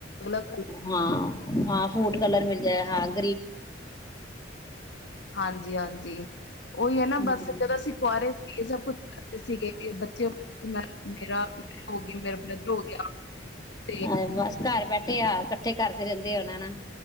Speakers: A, on the left; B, on the left.
A: ਅਲੱਗ-ਅਲੱਗ
B: ਹਾਂ -ਹਾਂ ਫੂਟ ਕਲਰ ਮਿਲਦਾ ਕੈ ਹਾਲ
A: ਹਾਂਜੀ- ਹਾਂਜੀ ਉਹੀ ਹੈ। ਨਾ
B: ਹੂੰ
A: ਬਸ ਜਦੋਂ ਅਸੀਂ ਕੁਆਰੇ ਸੀਗੇ। ਸਭ ਕੁਛ ਕਰਦੇ ਸੀਗੇ। ਬੱਚੇ ਤੇ ਮੈਂ ਮੇਰਾ ਹੋ ਗ ਮੇਰੇ ਨ ਦਰੋ ਗਿਆ <unintelligible>
B: ਹਾਂ ਬਸ ਘਰ ਬੈਠੇ ਆ ਇਕੱਠੇ ਕਰਦੇ ਰਹਿੰਦੇ ਆ ਬਣਾਣਾ